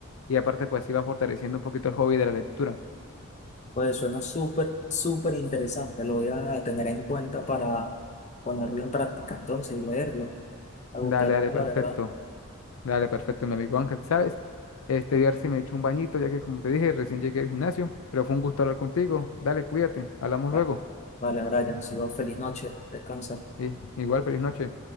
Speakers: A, on the left; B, on the left.
A: y aparte pues sí va fortaleciendo un poquito el hobby de la lectura.
B: Pues suena súper, súper interesante. Lo voy a tener en cuenta para ponerlo en práctica entonces y leerlo. Me gustaría,
A: Dale, dale,
B: la
A: perfecto,
B: verdad.
A: dale, perfecto, mi amigo Ángel, ¿sabes? Este, ver si me echo un bañito, ya que como te dije, recién llegué al gimnasio, pero fue un gusto hablar contigo. Dale, cuídate, hablamos
B: Va-
A: luego.
B: Vale, Brian, ha sido feliz noche. Descansa.
A: Sí, igual, feliz noche.